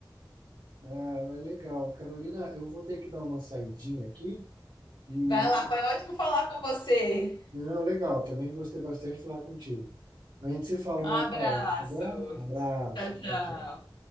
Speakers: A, on the right; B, on the left.
A: Ah, É legal. Carolina, eu vou ter que dar uma saidinha aqui. E,
B: Vai lá, foi ótimo falar com você.
A: não, legal, também gostei bastante de falar contigo. A gente se fala uma
B: Um Abraço.
A: outra hora, tá bom? Um abraço,
B: Tchau, tchau.
A: tchau, tchau.